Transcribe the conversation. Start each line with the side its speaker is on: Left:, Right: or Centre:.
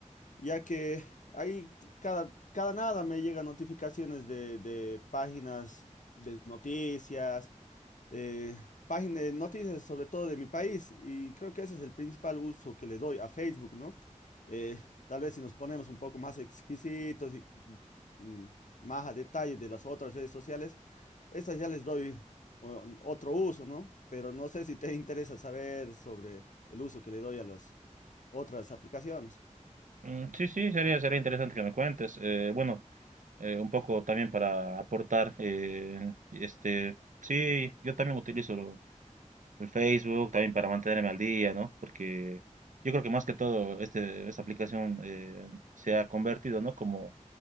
Left: ya que ahí cada, cada nada me llegan notificaciones de, de páginas de noticias eh, página de noticias sobre todo de mi país y creo que ese es el principal uso que le doy a Facebook, ¿no? Eh, tal vez si nos ponemos un poco más exquisitos y mm, más a detalle de las otras redes sociales, estas ya les doy o- otro uso, ¿no? Pero no sé si te <laughs> interesa saber sobre el uso que le doy a las otras aplicaciones.
Right: Mm, Sí, sí, sería, sería interesante que me cuentes. Eh, bueno, eh, un poco también para aportar, eh, este, sí, yo también utilizo El Facebook también para mantenerme al día, ¿no? Porque yo creo que más que todo este, esta aplicación eh, se ha convertido, ¿no? Como